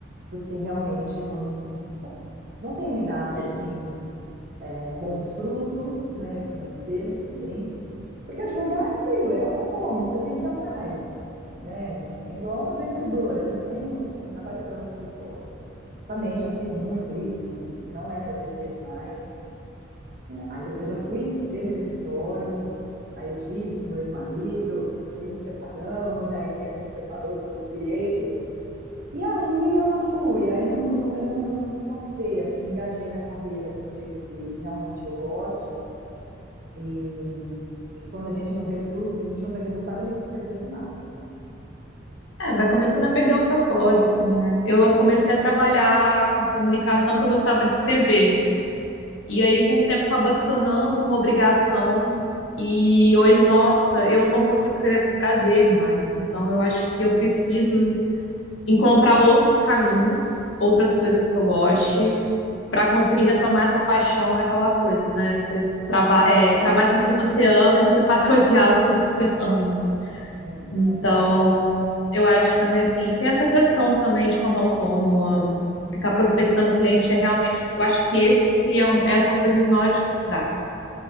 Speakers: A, on the right (about 45°); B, on the left (about 75°).
A: porque realmente não, não tem me dado assim é, bons frutos, né, financeiros também. Porque advogar é aquilo, é um autônomo, você tem que ir atrás, né? É igual um vendedor, eu não tenho, eu não trabalho para um escritório. Também já fiz muito isso, não é meu desejo mais. Aí depois eu fui ter meu escritório, aí eu tive com meu ex-marido, aí nos separamos, aí a gente separou todo o cliente. E aí eu não fui, aí eu não, não, eu não, não engatei, assim, não engajei na carreira de um jeito que realmente eu goste. E E quando a gente não vê frutos, a gente não vê resultado, a gente fica desanimado, né?
B: É, vai começando a perder o propósito, né? Eu eu comecei a trabalhar com comunicação porque eu gostava de escrever. E aí, com o tempo, acabou se tornando uma obrigação. E hoje, nossa, eu não consigo escrever por prazer mais. Então, eu acho que eu preciso encontrar outros caminhos, outras coisas que eu goste, para conseguir retomar essa paixão, aquela coisa, né? Você traba é, trabalha com o que você ama e você <laughs> passa a odiar o que você ama.
A: É,
B: Então,
A: aham,
B: eu acho que também assim, tem essa questão também de como autônoma, ficar prospectando cliente é realmente, eu acho que esse é um- essa é uma das minhas maiores dificuldades,